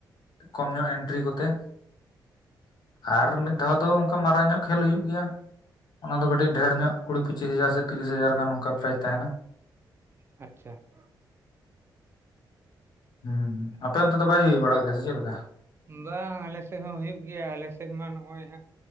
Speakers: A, on the left; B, on the right.
A: ᱠᱚᱢ ᱧᱚᱜ ᱮᱱᱴᱨᱤ ᱠᱚᱛᱮ ᱟᱨ ᱢᱤᱫ
B: ᱚ
A: ᱫᱷᱟᱣ ᱫᱚ ᱚᱝᱠᱟ ᱢᱟᱨᱟᱝ ᱧᱚᱜ ᱠᱷᱮᱞ ᱦᱩᱭᱩᱜ ᱜᱮᱭᱟ ᱾ ᱚᱱᱟ ᱫᱚ ᱠᱟᱹᱴᱤᱡ ᱰᱷᱮᱨ ᱧᱚᱜ ᱠᱩᱲᱤ ᱯᱩᱪᱤᱥ ᱦᱟᱡᱟᱨ ᱥᱮ ᱛᱤᱨᱤᱥ ᱦᱟᱡᱟᱨ ᱜᱟᱱ ᱱᱚᱝᱠᱟ ᱯᱨᱟᱭᱤᱡ ᱛᱟᱦᱮᱱᱟ ᱾
B: ᱟᱪᱪᱷᱟ ᱾
A: ᱦᱩᱸ, ᱟᱯᱮ ᱚᱱᱛᱮ ᱫᱚ ᱵᱟᱭ ᱦᱩᱭ ᱵᱟᱲᱟᱜ ᱜᱮᱭᱟ ᱥᱮ ᱪᱮᱫ ᱞᱮ
B: ᱵᱟᱝ ᱟᱞᱮ ᱥᱮᱫ ᱦᱚᱸ ᱦᱩᱭᱩᱜ ᱜᱮᱭᱟ, ᱟᱞᱮ ᱥᱮᱫ ᱢᱟ ᱱᱚᱜᱼᱚᱭ ᱦᱟᱸᱜ